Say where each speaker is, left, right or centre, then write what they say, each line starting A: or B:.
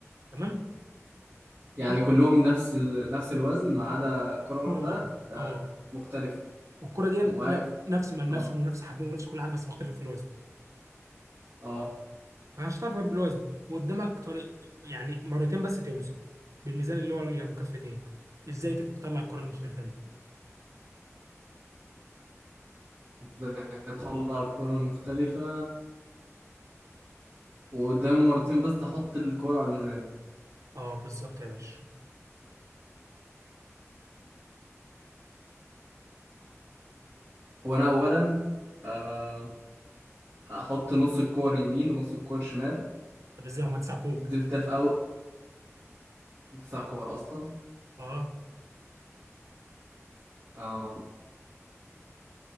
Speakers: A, on the right; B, on the right.
A: تمام
B: يعني
A: كر-
B: كلهم نفس ال... نفس الوزن ما عدا كرة واحدة
A: كره واحده
B: آه،
A: اه
B: مختلفة
A: والكره دي
B: ومعايا
A: نفس نفس ملمسهم
B: اه
A: ونفس حجمهم ونفس كل حاجه بس مختلف في الوزن
B: اه
A: فمش هتعرف غير بالوزن وقدامك طريق يعني مرتين بس توزن بالميزان اللي هو اللي بكفتين ازاي تطلع الكره المختلفه دي
B: ازاي اطلع الكرة المختلفة وقدامي مرتين بس احط الكرة على الميزان
A: اه بالظبط يا باشا
B: هو انا اولا آه، هحط نص الكور يمين ونص الكور شمال
A: طب ازاي هم تسع كور
B: ده, ده في أول تسع كور أصلا
A: اه
B: اه